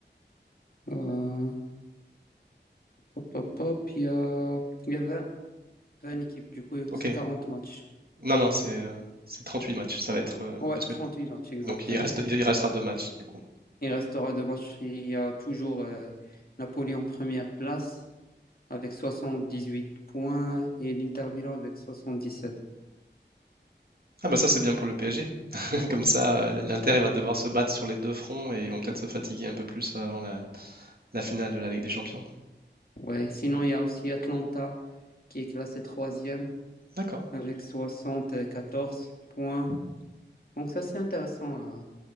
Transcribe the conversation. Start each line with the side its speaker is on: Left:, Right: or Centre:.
Left: euh, hop, hop, hop, il y a, il y a 20, 20 équipes, du coup,
Right: Ok.
Left: c'est 40 matchs.
Right: Non, non, c'est euh, c'est 38 matchs. Ça va être euh,
Left: Ouais,
Right: parce
Left: 38
Right: que
Left: matchs exactement.
Right: donc il reste il restera deux matchs du coup.
Left: Il restera deux matchs. Et il y a toujours euh, Napoli en première place avec soixante dix huit points et l'Inter Milan avec soixante dix sept
Right: Ah bah ça c'est bien pour le PSG. <laughs> Comme ça, euh, l'Inter il va devoir se battre sur les deux fronts et ils vont peut-être se fatiguer un peu plus avant la, la finale de la Ligue des Champions.
Left: Ouais, sinon, il y a aussi Atlanta qui est classé troisième
Right: D'accord.
Left: avec 74 points. Donc ça, c'est intéressant à,